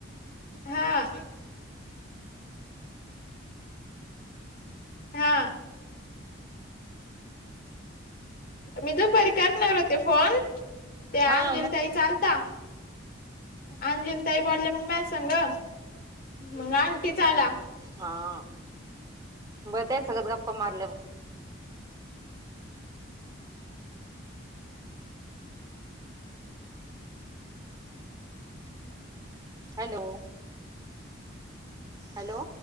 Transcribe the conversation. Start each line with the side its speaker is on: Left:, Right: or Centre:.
Left: हां हां मी दुपारी करणार होते फोन. त्या
Right: हा
Left: अंजली
Right: मग
Left: ताईचा आ लता. अंजली ताई बोल्ल्या मग माया संग, मग आंटीचा आला.
Right: हां, बरं त्यांच्यागच गप्पा मारल्या मग. Hello, hello.